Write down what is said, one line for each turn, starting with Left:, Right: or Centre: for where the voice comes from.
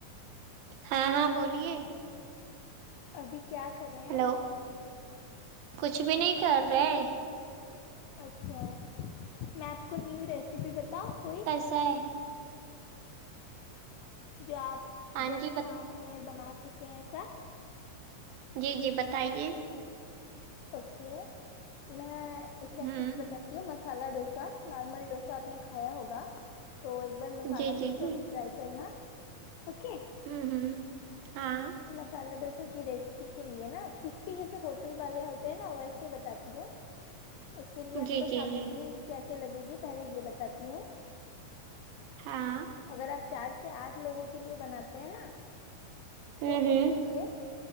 Right: ہاں ہاں بولیے
Left: ابھی کیا کرے
Right: ہلو
Left: ہیں
Right: کچھ بھی نہیں کر رہے
Left: اچھا میں آپ کو نیو ریسیپی بتاؤں کوئی
Right: چ <inaudible>
Left: جو آپ
Right: ہاں
Left: جیسے
Right: جی بت...
Left: شام میں بنا سکیں ایسا
Right: جی جی بتائیے
Left: اوکے میں ایک ریسیپی
Right: ہوں
Left: بتاتی ہوں مست سالا ڈوسا نارمل ڈوسا آپ نے کھایا ہوگا تو ایک مسالا
Right: جی جی
Left: ڈوسا
Right: جی
Left: بھی ٹرائی کرنا اوکے
Right: ہوں ہوں ہاں
Left: تو مسالہ ڈوسا کی ریسیپی کے لیے نا کرسپی جیسے ہوٹل والے ہوتے ہیں نا ویسے بتاتی ہوں اس کے لیے آپ
Right: جی
Left: کو
Right: جی
Left: سامگری
Right: جی
Left: کیا کیا لگے گی پہلے یہ بتاتی ہوں
Right: ہاں
Left: اگر آپ چار سے آٹھ لوگوں کے لیے بناتے ہیں نا
Right: ہوں
Left: تو
Right: ہوں
Left: اس کے لیے